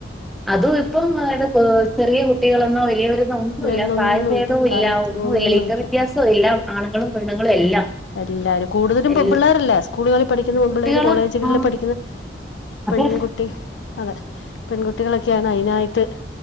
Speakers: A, in the centre; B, on the left.
A: അതും ഇപ്പം അതത് ചെറിയ കുട്ടികളൊന്നോ വലിയവരെന്നോ ഒന്നുമല്ല
B: എന്നൊന്നുമില്ല
A: പ്രായഭേദവും
B: പ്രായത്തി
A: ഇല്ല
B: ഒന്നുമില്ല
A: ലിംഗ വെത്യാസം ഇല്ലാ ആണുങ്ങളും പെണ്ണുങ്ങളും എല്ലാം
B: എല്ലാരും കൂടുതലും
A: എല്ല
B: പെൺ പിള്ളേരല്ല സ്കൂളുകളിൽ പഠിക്കുന്ന പെമ്പിള്ളേർ
A: കുട്ടികള്
B: കോളേജുകളിൽ
A: ആ
B: പഠിക്കുന്ന പെൺകുട്ടി
A: അതെ
B: അതെ പെൺകുട്ടികളൊക്കെയാണ് അതിനായിട്ട്